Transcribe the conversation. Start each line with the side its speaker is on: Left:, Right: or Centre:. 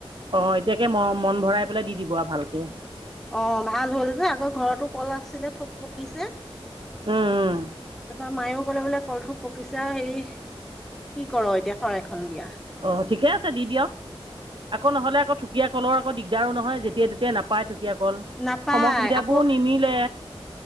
Right: অ, এতিয়াকে ম মন ভৰাই পেলাই দি দিব আৰু ভালকে
Centre: অ' ভাল হ'ল যে আগৰ ঘৰতো কল আছিলে থোক পকিছে।
Right: উম - উম।
Centre: তাৰপৰা মায়েও ক'লে বোলে কলথ পকিছো হেই কি কৰ এতিয়া শৰাইখন দিয়া।
Right: অ' ঠিকে আছে দি দিয়ক। আকৌ নহ'লে আকৌ ঠুকীয়া কলৰ দিগদাৰো নহয় যেতিয়া তেতিয়া নাপায়। ঢুকীয়া
Centre: নাপায়
Right: সময় সুবিধাবোৰ
Centre: আকৌ
Right: নিমিলে।